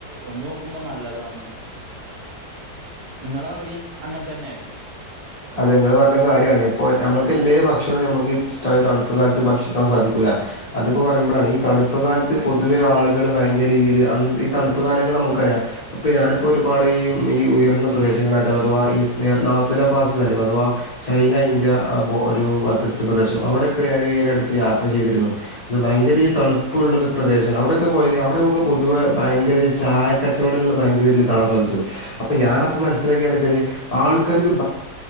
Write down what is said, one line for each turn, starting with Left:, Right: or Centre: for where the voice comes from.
Right: ഒന്ന് നോക്കുമ്പോ നല്ലതാണ് നിങ്ങള അവിടി അങ്ങന തന്നെയ അല്ലേ
Left: അത നിങ്ങള് പറഞ്ഞ കാര്യമാണ് ഇപ്പൊഞമ്മുക്ക് എല്ലേ ഭക്ഷണം നമുക്ക് തണുപ്പ് കാലത്ത് ഭക്ഷിക്കാൻ സാധിക്കൂല്ല അപ്പോ പറയുമ്പോാണ് ഈ തണപ്പ കാലത്ത് പൊതുവെ ആളുകൾ ഭയങ്കരീതിൽ ഈ തണുപ്പ് ക അപ്പൊ ഞാനിപ്പോ ഒരുപാട് ഈ ഉയർന്ന പ്രദേശങ്ങള അല്ല അഥവാ ഈ നാലാ അഥവാ ചൈന ഇന്ത്യ ഒരു അതിർത്തി പ്രദേശം അവിടെക്കെ ഞാൻ ഈ ഒരു അടുത്ത് യാത്ര ചെയ്തി അത് ഭയങ്കര തണുപ്പള്ള പ്രദേശ അവിടെക്കെ പോയ അവിടെ നമു പൊതുവെ ഭയര ചായ കച്ചടങ്ങൾ ഭയങ്കര രീതി കാണാൻ സാധിച്ചു അപ്പൊ ഞാന മനസിലാക്കാല് ആൾക്കാർക്ക്